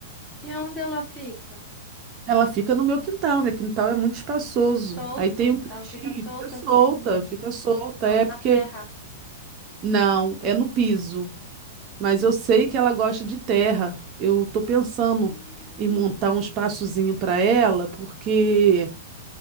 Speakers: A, on the left; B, on the right.
A: E onde ela fica?
B: Ela fica no meu quintal, meu quintal é muito espaçoso.
A: Solto?
B: Aí tem um cantinho,
A: Ela fica solta
B: fica solta,
A: assim
B: fica solta.
A: no-
B: É
A: na
B: porque.
A: terra?
B: Não, é no piso. Mas eu sei que ela gosta de terra. Eu tô pensando
A: Hum.
B: em montar um espaçozinho para ela, porque